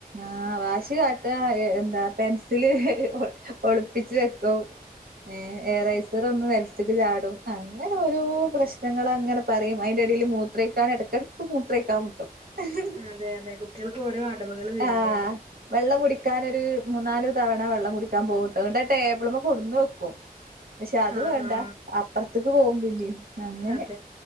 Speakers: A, on the right; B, on the right.
A: ആഹ്‌ വാശികാട്ടുക എന്താ പെൻസിലൊളിപ്പിച്ചു വെക്കും
B: <inaudible>
A: ഏഹ് ഏറൈസറൊന്നു നില ചാടും അങ്ങനെയോരോ പ്രശ്നങ്ങളങ്ങനെ പറയും അതിന്റെയിടയിൽ മൂത്രമൊഴിക്കാനിടക്കിട ഇപ്പം മൂത്രമൊഴിക്കാൻ മുട്ടും <unintelligible>
B: അതെയതെ കുട്ടികൾക്കു ഓരോ അടവുകൾ വരൂലേ
A: ആഹ് വെള്ളം കുടിക്കാനൊരു മൂന്നാലു തവണ വെള്ളം കുടിക്കാൻ പോകുന്നുണ്ട് ടേബിളിൽ മേൽ കൊണ്ടുവെക്കും.
B: <inaudible>
A: പക്ഷേയതു വേണ്ട
B: ആ
A: അപ്പുറത്തേക്കുപോകും പിന്നെയും അങ്ങനെ
B: അതെ